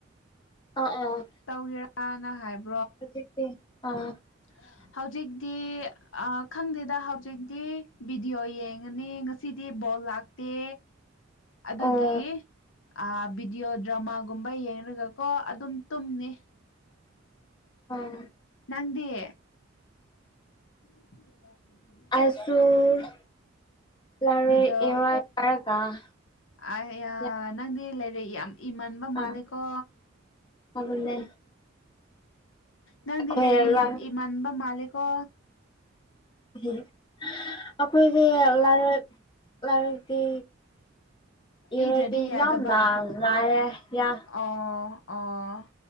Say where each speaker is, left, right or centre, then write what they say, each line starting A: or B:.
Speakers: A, on the left; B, on the left.
A: ꯑꯣ ꯑꯣ
B: ꯇꯧꯒꯦꯔꯅ ꯍꯥꯏꯕ
A: ꯍꯧꯖꯤꯛꯇꯤ ꯑꯥ
B: <unintelligible> ꯍꯧꯖꯤꯛꯇꯤ ꯈꯪꯗꯦꯗ ꯍꯧꯖꯤꯛꯇꯤ ꯕꯤꯗꯤꯑꯣ ꯌꯦꯡꯉꯅꯤ ꯉꯁꯤꯗꯤ ꯕꯣꯜ ꯂꯥꯛ ꯇꯦ ꯑꯗꯨꯒꯤ
A: ꯑꯣ
B: ꯑ ꯚꯤꯗꯤꯑꯣ ꯗ꯭ꯔꯃꯥꯒꯨꯝꯕ ꯌꯦꯡꯉꯒꯀꯣ ꯑꯗꯨꯝ ꯇꯨꯝꯅꯤ
A: ꯑ
B: ꯅꯪꯗꯤ <unintelligible>
A: ꯑꯁꯨꯨꯔ ꯂꯥꯏꯔꯤꯛ
B: ꯚꯤꯗꯤꯑꯣ
A: <unintelligible>
B: ꯑ
A: ꯌꯥꯝ
B: ꯅꯪꯗꯤ ꯂꯩ <unintelligible> ꯌꯥꯝ ꯏꯃꯥꯟꯕ ꯃꯥꯂꯤꯀꯣ
A: ꯑꯥ ꯑꯗꯨꯅꯦ
B: ꯅꯪꯗꯤ
A: ꯑꯩꯈꯣꯏ
B: ꯂꯩꯔꯤꯛ
A: ꯂꯥꯏ
B: ꯌꯥꯝ ꯏꯃꯟꯕ ꯃꯥꯜꯂꯦꯀꯣ
A: ꯎꯝ ꯑꯩꯈꯣꯏꯗꯤ ꯂꯥꯏꯔꯤꯛ ꯂꯥꯏꯔꯛꯇꯤ ꯏꯔꯗꯤ
B: ꯏꯗ꯭ꯔꯗꯤ ꯌꯥꯗꯕ
A: ꯌꯥꯝꯅ ꯂꯥꯏꯔꯦ ꯌꯥ
B: ꯑꯣ ꯑꯣ